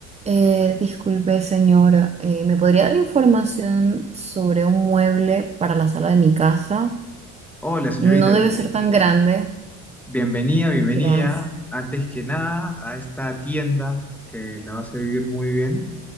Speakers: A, on the right; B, in the centre.
A: Eh, disculpe, señora, eh, ¿me podría dar información sobre un mueble para la sala de mi casa?
B: Hola, señorita,
A: No
B: bienvenida.
A: debe ser tan grande.
B: Bienvenida, bienvenida,
A: Gracias.
B: antes que nada, a esta tienda que la vas a vivir muy bien.